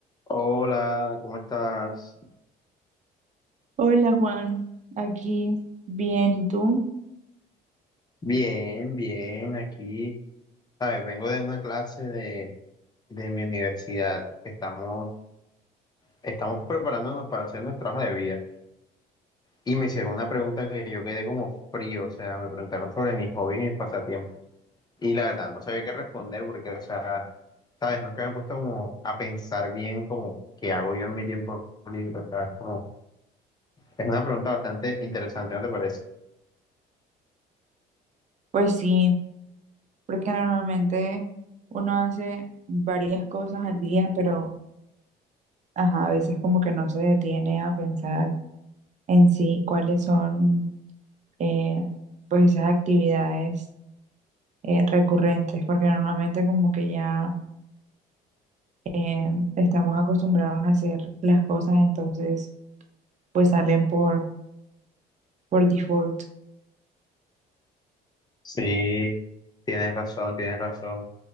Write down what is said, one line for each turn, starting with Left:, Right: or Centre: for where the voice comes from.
Left: Hola, ¿cómo estás?
Right: Hola Juan, aquí bien, ¿y tú?
Left: Bien, bien, aquí. Sabes, vengo de una clase de, de mi universidad que estamos, estamos preparándonos para hacer nuestra hoja de vida. Y me hicieron una pregunta que yo quedé como frío, o sea, me preguntaron sobre mis hobbies y mis pasatiempos. Y la verdad, no sabía qué responder porque, o sea, sabes, nunca me he puesto como a pensar bien como qué hago yo en mi tiempo libre, o sea, es como, es una pregunta bastante interesante, ¿no te parece?
Right: Pues sí, porque normalmente uno hace varias cosas al día, pero ajá, a veces como que no se detiene a pensar en sí cuáles son eh, pues esas actividades eh, recurrentes, porque normalmente como que ya eh, estamos acostumbrados a hacer las cosas, entonces pues salen por, por default.
Left: Sí, tienes razón, tienes razón.